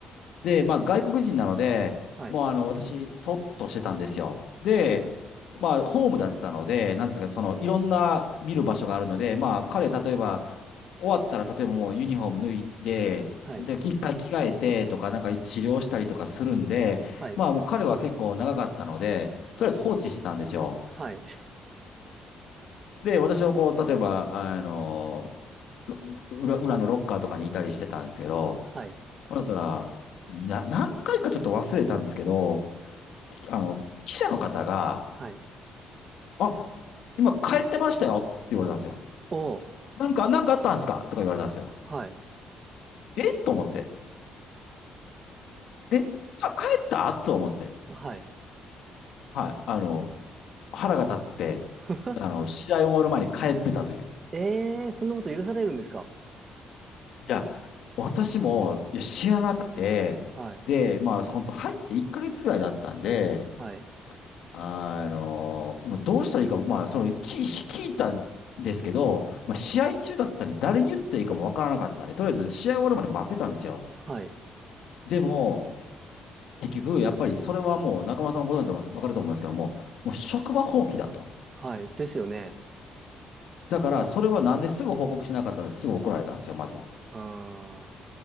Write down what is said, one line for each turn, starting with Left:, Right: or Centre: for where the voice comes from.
Left: で、まあ外国人なので、
Right: はい、
Left: もうあの、私、そっとしてたんですよ。で、
Right: はい、
Left: まあホームだったので、なんですか、そのいろんな見る場所があるので、まあ彼、例えば終わったら、例えばもうユニフォーム脱いで、
Right: はい、
Left: で、一回着替えてとか、なんか治療したりとかするんで、
Right: はい、
Left: まあもう彼は結構長かったので、とりあえず放置してたんですよ。
Right: はい、
Left: で、私はこう、例えば、あの、ろ裏、裏のロッカーとかにいたりしてたんですけど、
Right: はい、
Left: ほんだったら、な、何回かちょっと忘れたんですけど、あの、記者の方が、
Right: はい。
Left: あ、今帰ってましたよって言われたんですよ。
Right: おー、
Left: なんか、なんかあったんですかとか言われたんですよ。
Right: はい、
Left: えと思って。えか、帰ったと思って。
Right: はい。
Left: はい。あの、腹が立って、
Right: <laughs>
Left: あの、試合終わる前に帰ってたという。
Right: ええー、そんなこと許されるんですか
Left: いや、私も、いや、知らなくて、
Right: はい。
Left: で、まあ、本当入って1ヶ月ぐらいだったんで、
Right: はい。
Left: あの、もうどうしたらいいか、まあ、その、き聞いたんですけど、まあ、試合中だったんで、誰に言っていいかもわからなかったんで、とりあえず試合終わるまで待ってたんですよ。
Right: はい。
Left: でも、結局、やっぱりそれはもう、中村さんもご存知だと思うんですけど、わかると思うんですけども、もう職場放棄だと。
Right: はい。ですよね。
Left: だから、それはなんですぐ報告しなかったんですぐ怒られたんですよ、まず。
Right: あ